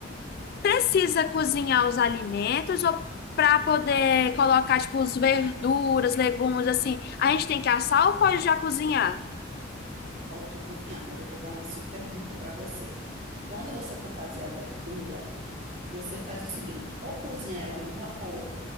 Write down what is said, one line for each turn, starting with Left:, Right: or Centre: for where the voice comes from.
Left: precisa cozinhar os alimentos ou para poder colocar tipo os verduras, legumes assim, a gente tem que assar ou pode já cozinhar?
Right: pode cozinhar, mas eu vou dar uma super dica para você. Quando você for fazer a verdura, você faz o seguinte: ou cozinha ela no vapor,